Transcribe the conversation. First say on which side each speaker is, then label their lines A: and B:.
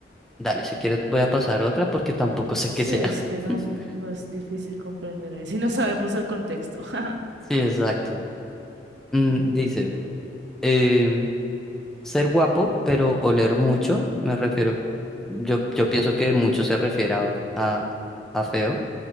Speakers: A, in the centre; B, on the right.
A: Dale, si quieres voy a pasar a otra porque tampoco <laughs> sé
B: Sí,
A: qué sea.
B: es que no,
A: <laughs>
B: no es difícil comprender ahí, <laughs> si no sabemos el contexto. <laughs>
A: Sí, exacto. Mm, dice, em, ser guapo, pero oler mucho, me refiero, yo, yo pienso que mucho se refiere a, a, a feo,